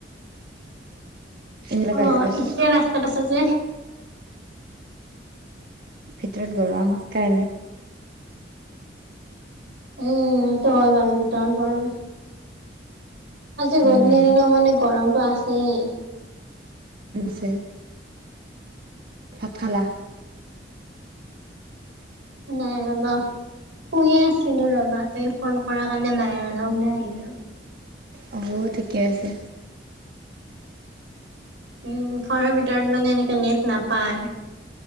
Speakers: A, on the right; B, on the right.
A: এনে
B: অ
A: বাহিৰত আছো
B: ইতিয়া ৰাস্তাত আছে যে।
A: ভিতৰত গৰম কাৰণে।
B: উম টো হয় বাৰু ভিতৰত গৰম। আজি ৰ'দ
A: উম
B: নিদিলেও মানে গৰমটো আছেই।
A: <inaudible> ভাত খালা।
B: নাই ৰবা। শুইয়ে আছিলোঁ ৰ'বা তুমি ফোন কৰা কাৰণে বাহিৰলৈ ওলাই আহিলো।
A: অ মো ঠিকে আছে।
B: উম ঘৰৰ ভিতৰত মানে এনেকে নেট নাপায়।